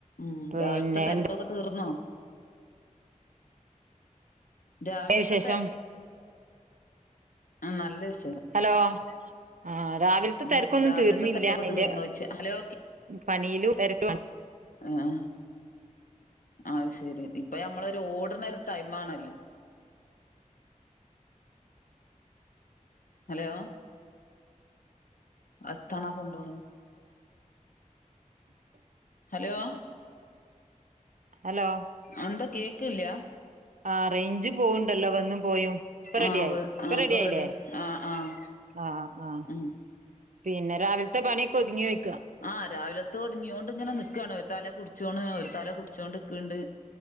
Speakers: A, on the left; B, on the right.
A: ഉം
B: പിന്നെ
A: രാവിലത്തെ തിരക്കൊക്കെ
B: എന്തൊക്കെയാ
A: തീർന്നോ രാവിലത്തെ
B: വിശേഷം
A: ത്തെ ഉം നല്ല വിഷെയം
B: ഹലോ ആഹ രാവിലത്തെ
A: ഉം
B: തെരക്കൊന്നും
A: രാവിലത്തെ
B: തീർന്നില്ല
A: തെക്കൊക്കെ
B: അയിന്റെ
A: തീർന്നോയ്ച്ച ഹലോ
B: പണിയിലും തെരക്കും ആണ്
A: ആഹ്‌ ആഹ് അയ് ശരി ഇപ്പ നമ്മളൊരു ഓട്ണോരു ടൈം ആണല്ലോ ഹലോ അത്താണാ കൊണ്ടോണേ
B: <unintelligible>
A: ഹലോ
B: ഹലോ
A: അന്താ കേക്ക് ഇല്ല്യാ
B: ആ റേയ്ഞ്ച് പോവുണ്ടല്ലോ വന്നും പോയും ഇപ്പ
A: ആഹ്
B: റെഡിയായി
A: വ്
B: ഇപ്പ
A: ആഹ്
B: റെഡിയായില്ലേ
A: ഇപ്പൊ റെഡി ആഹ് ആഹ്
B: ആഹ് ആഹാ
A: ഉം
B: പിന്ന രാവില്ത്തേ പണീക്കൊതുങ്ങോയ്ക്കാ
A: ആഹ് രാവിലത്ത ഒതുങ്ങിയോണ്ടിങ്ങന നിക്കാണ് ഒരു തല കുടിച്ചോണ് ഒരു തല കുടിച്ചോണ്ടിക്കേണ്ട്